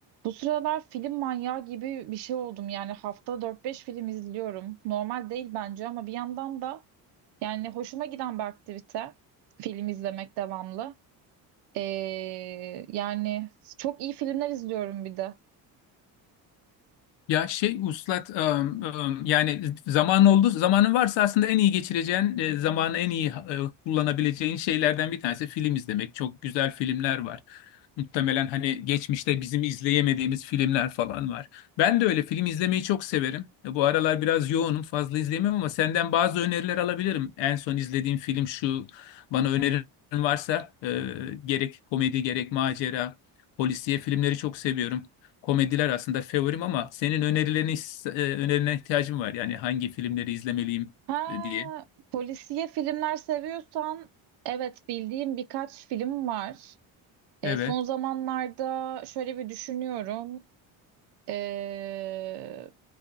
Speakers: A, on the right (about 65°); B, on the left (about 75°).
A: Bu sıralar film manyağı gibi bir şey oldum. Yani hafta dört beş film izliyorum. Normal değil bence ama bir yandan da yani hoşuma giden bir aktivite film izlemek devamlı. Ee, yani çok iyi filmler izliyorum bir de.
B: Ya şey uslat ım, ım, yani zaman oldu zamanın varsa aslında en iyi geçireceğin e, zamanı en iyi e, kullanabileceğin şeylerden bir tanesi film izlemek. Çok güzel filmler var. Muhtemelen hani geçmişte bizim izleyemediğimiz filmler falan var. Ben de öyle film izlemeyi çok severim. E, bu aralar biraz yoğunum fazla izleyemiyorum ama senden bazı öneriler alabilirim. En son izlediğim film şu bana önerin varsa e, gerek komedi gerek macera polisiye filmleri çok seviyorum komediler aslında favorim ama senin önerilerini is- e, önerilerine ihtiyacım var. Yani hangi filmleri izlemeliyim
A: Ha,
B: diye.
A: polisiye filmler seviyorsan evet bildiğim birkaç film var. Ee,
B: Evet.
A: son zamanlarda şöyle bir düşünüyorum. Ee,